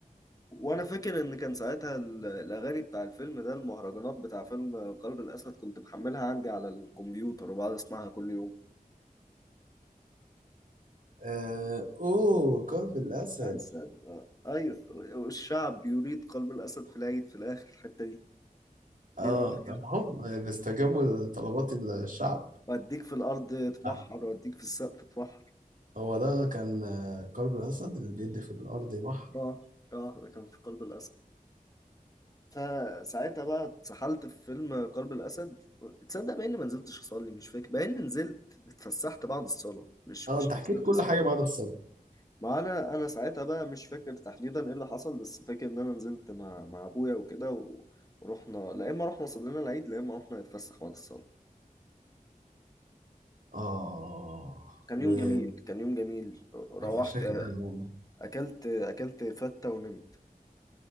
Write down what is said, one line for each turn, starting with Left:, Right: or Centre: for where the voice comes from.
Left: وانا فاكر ان كان ساعتها ال- الاغاني بتاع الفيلم ده المهرجانات بتاع فيلم قلب الاسد كنت محملها عندي على الكمبيوتر وبقعد اسمعها كل يوم
Right: آه، اوه قلب الاسد
Left: اسد آه، ايوه والشعب يريد قلب الاسد في العيد في الاخر الحته دي
Right: اه
Left: دي اللي أنا فاكرها
Right: طب هم بيستجابوا لطلبات الشعب
Left: واديك في الارض تمحر
Right: آه.
Left: واديك في السقف تمحر
Right: هو ده كان آه، قلب الاسد اللي بيدي في الارض بحر
Left: اه اه ده كان في قلب الاسد فساعتها بقى اتسحلت في فيلم قلب الاسد تصدق بقى اني ما نزلتش اصلي مش فاكر بقى اني نزلت اتفسحت بعد الصلاه مش
Right: اه
Left: مش
Right: انت حكيت
Left: نزلت
Right: كل
Left: اصلي
Right: حاجه ما عدا الصلاه
Left: ما انا انا ساعتها بقى مش فاكر تحديدا ايه اللي حصل بس فاكر ان انا نزلت مع مع ابويا وكده و- ورحنا لا اما رحنا صلينا العيد لا اما رحنا نتفسح بعد الصلاه
Right: اه
Left: كان
Right: وكان
Left: يوم جميل كان يوم جميل روحت
Right: شكل
Left: آه،
Right: والله
Left: اكلت اكلت فته ونمت